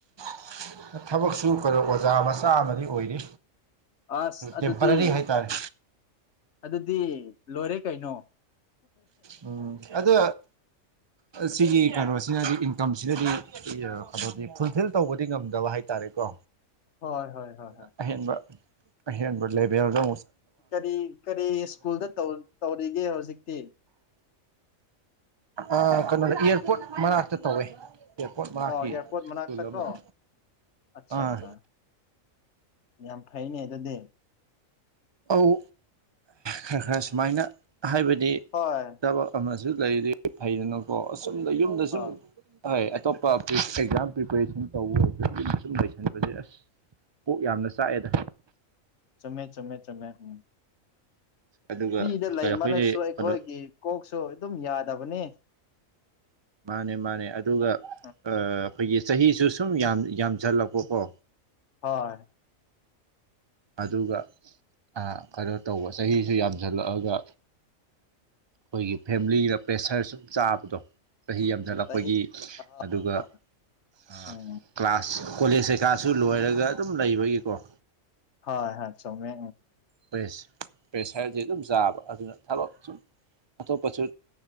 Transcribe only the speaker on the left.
ꯑꯁ ꯑꯗꯨꯗꯤ
ꯑꯗꯨꯗꯤ ꯂꯣꯏꯔꯦ ꯀꯩꯅꯣ
ꯍꯣꯏ ꯍꯣꯏ ꯍꯣꯏ
ꯍꯣꯏ
ꯀꯔꯤ ꯀꯔꯤ ꯁ꯭ꯀꯨꯜꯗ ꯇꯧꯔꯤꯒꯦ ꯍꯧꯖꯤꯛꯇꯤ
ꯑꯣ ꯑꯦꯌꯥꯔꯄꯣꯔꯠ ꯃꯅꯥꯛꯇ
ꯀꯣ ꯑꯠꯆꯥ
ꯑꯠꯆꯥ ꯌꯥꯝ ꯐꯩꯅꯦ ꯑꯗꯨꯗꯤ
ꯍꯣꯏ
ꯍꯣꯏ
ꯆꯨꯝꯃꯦ ꯆꯨꯝꯃꯦ ꯆꯨꯝꯃꯦ ꯎꯝ
ꯐ꯭ꯔꯤꯗ ꯂꯩ
ꯃꯜꯂꯁꯨ ꯑꯩꯈꯣꯏꯒꯤ
ꯀꯣꯛꯁꯨ ꯑꯗꯨꯝ ꯌꯥꯗꯕꯅꯦ
ꯎꯝ
ꯍꯣꯏ
ꯆꯍꯤ ꯑ ꯍꯣꯏ
ꯍꯣꯏ ꯍꯣꯏ
ꯍꯣꯏ ꯎꯝ
ꯍꯣꯏ ꯍ ꯆꯨꯝꯃꯦ